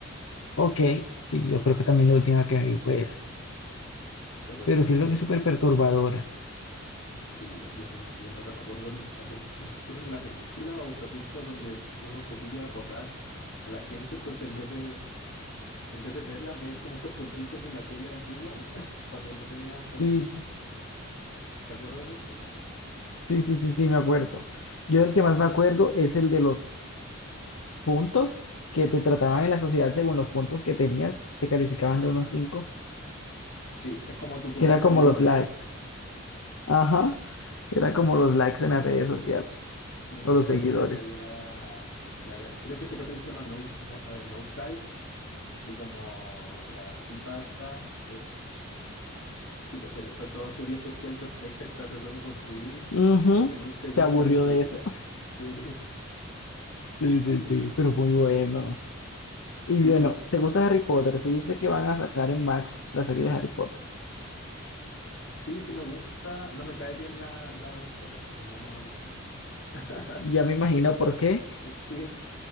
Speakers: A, on the left (about 75°); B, on the left (about 60°).
A: ok, sí, yo creo que también la última que vi fue esa.
B: Pero es-
A: pero siento
B: me-
A: que es súper perturbadora.
B: sí, es bien, bien rara. Me acuerdo, un- había un- no sé si era en la película o un capítulo donde uno podía borrar a la gente. Entonces, en vez de, en vez de verla, ves como estos puntitos de la tele antigua, <laughs> cuando no tenías como,
A: Sí,
B: ¿te acuerdas de eso?
A: sí, sí, sí, sí, me acuerdo. Yo el que más me acuerdo es el de los puntos que te trataban en la sociedad según los puntos que tenías, te calificaban
B: Ah,
A: de uno a cinco
B: sí, es como tu puntaje
A: que era como
B: de Uber.
A: los likes. Ajá, era como los likes en las redes sociales
B: Sí, me
A: o
B: acuerdo
A: los seguidores.
B: que la galla, la ga- creo que ese capítulo se llama No, No, eh, Nosedive, Y como la tipa está, sí, pues se le fue toda su vida social perfecta que estaba tratando de construir,
A: Ujú,
B: en un segundo
A: Se aburrió
B: la destruyó.
A: de eso. <laughs>
B: Sí,
A: Sí,
B: <laughs> no,
A: sí,
B: sí,
A: sí,
B: era bien
A: pero
B: interesante.
A: muy bueno. Y
B: ¿Tú no
A: bueno,
B: viste?
A: ¿te gusta Harry Potter? Si viste que van a sacar en Max la serie de Harry Potter,
B: Sí, sí me gusta, no me cae bien la, la autora, no vamos a mencionarla. <laughs>
A: ya me imagino por qué.
B: Sí,